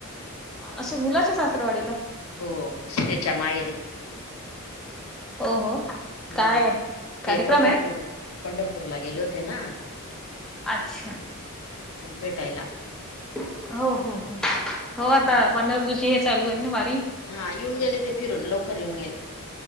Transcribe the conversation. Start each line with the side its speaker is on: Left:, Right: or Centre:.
Centre: अच्छा मुलाच्या सासरवाडीला
Left: हो सुनेच्या माहेरी
Centre: हो हो
Left: हू
Centre: काय कार्यक्रम
Left: ते पंढरपूर
Centre: आहे?
Left: पंढरपूरला गेले होते ना
Centre: अच्छा
Left: मग भेटायला
Centre: हो हो हो हो आता
Left: साडी
Centre: पंढरपूरची ही चालू आहे ना वारी
Left: हा येऊन गेले ते फिरून लवकर येऊन गेले